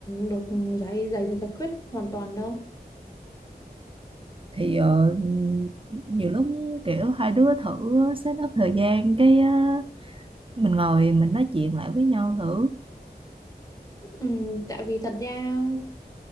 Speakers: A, on the left; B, on the right.
A: được giải giải giải quyết hoàn toàn đâu.
B: Thì ờ, nhiều lúc kiểu hai đứa thử set up thời gian Cái ờ, mình ngồi mình nói chuyện lại với nhau thử
A: Ừ, tại vì thật ra